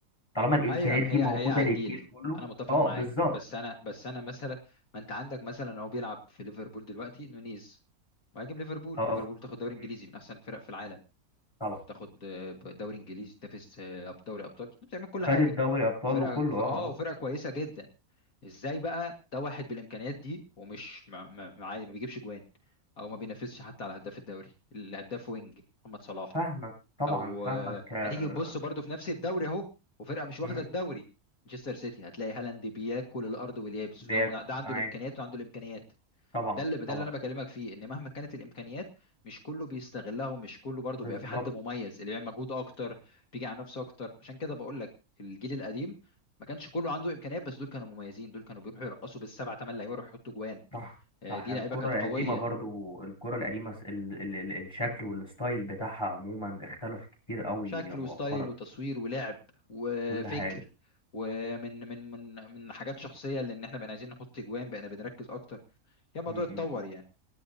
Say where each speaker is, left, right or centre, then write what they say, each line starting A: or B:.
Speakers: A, on the left; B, on the left.
A: طالما الامكانيات
B: ايوه ما
A: دي
B: هي
A: موجوده
B: هي عجيل
A: للجيل كله
B: انا متفق
A: اه
B: معاك
A: بالظبط
B: بس انا بس انا مثلا ما انت عندك مثلا هو بيلعب في ليفربول دلوقتي نونيز مهاجم ليفربول
A: اه
B: ليفربول تاخد دوري انجليزي
A: م،
B: من احسن الفرق في العالم
A: طبعا
B: تاخد آه، دوري انجليزي تنافس آه، أب- دوري ابطال بتعمل كل
A: خدت
B: حاجه
A: دوري ابطال
B: فرقك
A: وكله
B: اه
A: اه اه
B: وفرقه كويسه جدا ازاي بقى ده واحد بالامكانيات دي ومش ما, ما, ما عادي- ما بيجيبش جوان او ما بينافسش حتى على هداف الدوري الهداف وينج محمد صلاح
A: فاهمك طبعا
B: او
A: فاهمك
B: آه،
A: آه،
B: هتيجي تبص برضو في نفس الدوري اهو وفرقه مش واخده
A: م،
B: الدوري مانشستر سيتي هتلاقي هالاند بياكل الارض واليابس
A: بياكل
B: وده ده عنده
A: اي
B: الامكانيات وعنده الامكانيات
A: طبعا
B: ده اللي ده
A: طبعا
B: اللي انا بكلمك فيه ان مهما كانت الامكانيات مش كله بيستغلها ومش كله برضو
A: بالظبط
B: بيبقى في حد مميز اللي بيعمل مجهود اكتر بيجي على نفسه اكتر عشان كده بقول لك الجيل القديم ما كانش كله عنده امكانيات بس دول كانوا مميزين دول كانوا بيروحوا يرقصوا بالسبع ثمان لعيبه يروحوا يحطوا جوان
A: صح
B: آه،
A: صح
B: دي
A: الكرة
B: لعيبه كانت قويه
A: القديمة برضو الكرة القديمة س- ال ال ال الشكل والستايل بتاعها عموما اختلف كتير قوي
B: شكل
A: مؤخرا
B: وستايل وتصوير ولعب وفكر
A: كل حاجة
B: ومن من من من حاجات شخصيه لان احنا بقينا عايزين نحط اجوان بقينا بنركز اكتر يا الموضوع
A: م- م-
B: اتطور
A: م.
B: يعني